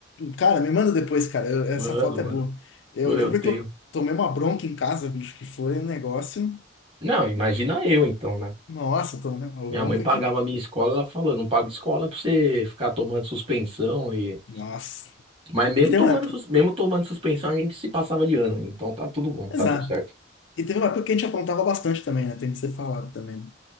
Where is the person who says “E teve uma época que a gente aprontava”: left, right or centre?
Left